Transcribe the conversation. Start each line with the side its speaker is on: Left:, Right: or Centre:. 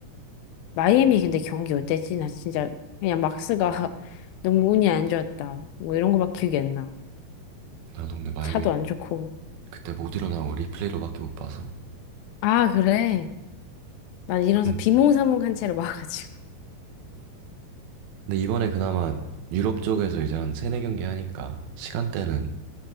Left: 마이애미 근데 경기 어땠지? 나 진짜 그냥 막스가 <laughs> 너무 운이 안 좋았다. 뭐 이런 거밖에 기억이 안 나.
Right: 나도 근데 마이애미
Left: 차도 안 좋고.
Right: 그때 못 일어나고 리플레이로밖에 못 봐서
Left: 아, 그래? 난 일어나서
Right: 근-
Left: 비몽사몽한 채로 와가지고.
Right: 근데 이번에 그나마 유럽 쪽에서 이제 한 세네 경기 하니까 시간대는